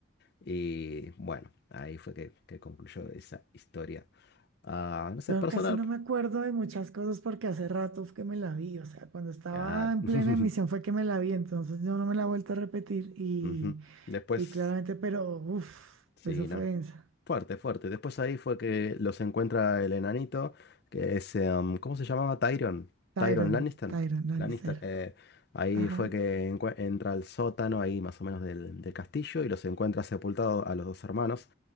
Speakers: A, on the left; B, on the right.
A: Y bueno, ahí fue que, que concluyó esa historia. Ah, no sé,
B: Yo
A: personal.
B: casi no me acuerdo de muchas cosas porque hace rato fue que me la vi. O sea, cuando estaba
A: Ya.
B: en
A: <laughs>
B: plena emisión fue que me la vi. Entonces yo no me la he vuelto a repetir. Y,
A: Ujú. Después,
B: y claramente, pero uff,
A: sí,
B: eso fue
A: no.
B: densa.
A: Fuerte, fuerte. Después ahí fue que los encuentra el enanito, que es, em, ¿cómo se llamaba? Tyrion.
B: Tyron,
A: Tyrion Lannister.
B: Tyron Lannister.
A: Lannister. eh, ahí
B: Ajá.
A: fue que encue- entra al sótano, ahí más o menos del, del castillo, y los encuentra sepultados a los dos hermanos.